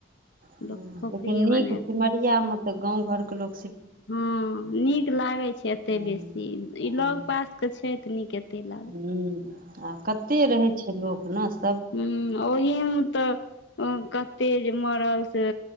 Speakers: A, on the right; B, on the left.
A: हँ
B: लोक खोपड़िए
A: लेकिन नीक
B: बना
A: सिमरियामे
B: कऽ रहै छै
A: तऽ गाँव घर के लोग
B: हँ नीक लागे छै एते
A: हुँ
B: बेसी ई लग पास के छै तऽ नीक एते लाग
A: हँ आ कते रहै छै लोक नस
B: ह्म ओहीम तऽ ओ कते जे मरल से